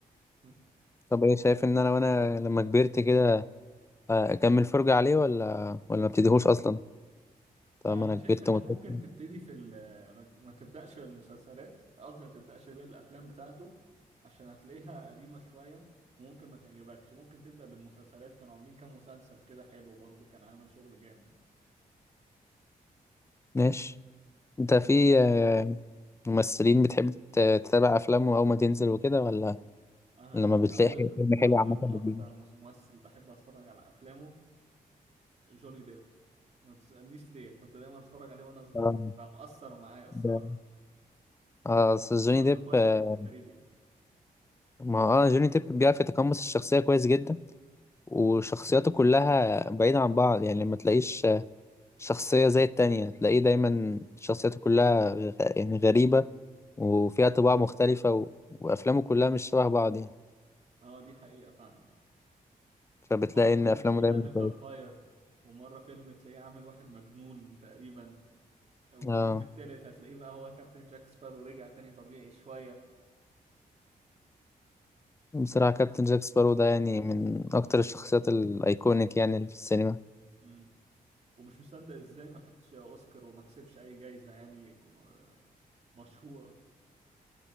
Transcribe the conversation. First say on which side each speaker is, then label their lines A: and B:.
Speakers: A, on the right (about 45°); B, on the left (about 15°).
A: <laughs>
B: طب ايه شايف ان انا وانا لما كبرت كده آه، اكمل فرجة عليه ولا ولا ما ابتديهوش اصلا طالما
A: آه، أنا
B: انا
A: شايف
B: كبرت
A: إنك
B: ومتفرجت
A: ممكن تبتدي في ال ما ما تبدأش بالمسلسلات قصدي ما تبدأش بالأفلام بتاعته عشان هتلاقيها قديمة شوية وممكن ما تعجبكش ممكن تبدأ بالمسلسلات كانوا عاملين كام مسلسل كده حلو برضه كان عامل شغل جامد
B: ماشي انت في آه، ممثلين بتحب تت- تتابع افلامه اول ما تنزل وكده ولا
A: أنا
B: لما بتلاقي
A: أول
B: حاجة- فيلم
A: أول
B: حلو عامة
A: وأكتر
B: بتجيبه.
A: مس- ممثل بحب أتفرج على أفلامه جوني ديب ما تسألنيش ليه كنت دايما أتفرج عليه وأنا صغير
B: اه
A: فمؤثر معايا الصراحة
B: ده اه أصل جوني
A: خصوصا
B: ديب
A: في بايرتس
B: آه،
A: أوف ذا كاريبيان
B: ما هو اه جوني ديب بيعرف يتقمص الشخصية كويس جدا وشخصياته كلها بعيدة عن بعض يعني ما تلاقيش آه، شخصية زي التانية تلاقيه دايما شخصياته كلها غ- يعني غريبة وفيها طباع مختلفة و... وأفلامه كلها مش شبه بعض يعني
A: اه دي حقيقة فعلا
B: فبتلاقي
A: مرة
B: إن
A: فيلم
B: أفلامه
A: تلاقيه
B: دايما
A: عامل
B: كويسة
A: فامباير ومرة فيلم تلاقيه عامل واحد مجنون تقريبا وفيلم
B: اه
A: التالت هتلاقيه بقى هو كابتن جاك سبارو رجع تاني طبيعي شوية
B: بصراحة كابتن جاك سبارو ده يعني من أكتر الشخصيات الأيكونيك يعني اللي في السينما
A: مم. ومش مصدق ازاي ما خدش اوسكار وما كسبش اي جايزة يعني آه، مشهورة